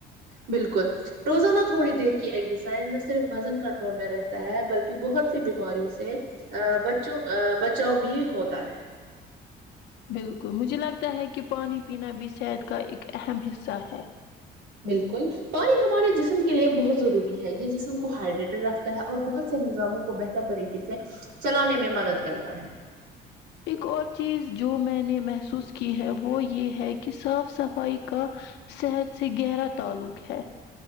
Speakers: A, on the right; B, on the left.
A: بالکل روزانہ تھوڑی دیر کی ایکزسائز نہ صرف وزن کنٹرول میں رہتا ہے بلکہ بہت سی بیماریوں سے ا بچوں بچاؤ بھی ہوتا ہے
B: بالکل مجھے لگتا ہے کہ پانی پینا بھی صحت کا ایک اہم حصہ ہے
A: بالکل پانی ہمارے جسم کے لیے بہت ضروری ہے یہ جسم کو ہائیڈریٹر رکھتا ہے اور بہت سے نظاموں کو بہتر طریقے سے چلانے میں مدد کرتا ہے
B: ایک اور چیز جو میں نے محسوس کی ہے وہ یہ ہے کہ کہ صاف صفائی کا صحت سے گہرا تعلق ہے